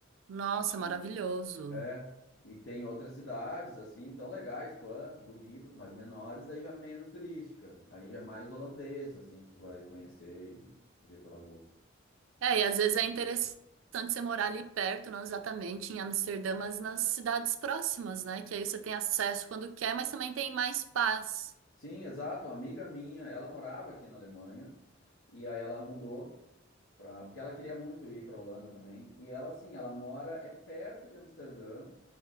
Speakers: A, on the right (about 70°); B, on the left (about 80°).
A: Nossa, maravilhoso.
B: E- É. E tem outras cidades, assim, tão legais quanto, bonitas, mas menores, daí já menos turística. Aí já é mais holandês, assim, que tu vai conhecer e, e ver pela rua.
A: É, e às vezes é interessante você morar ali perto, não exatamente em Amsterdã, mas nas cidades próximas, né? Que aí você tem acesso quando quer, mas também tem mais paz.
B: Sim, exato. Uma amiga minha, ela morava aqui na Alemanha e aí ela mudou para, porque ela queria muito ir para Holanda também. E ela, sim, ela mora é perto de Amsterdã,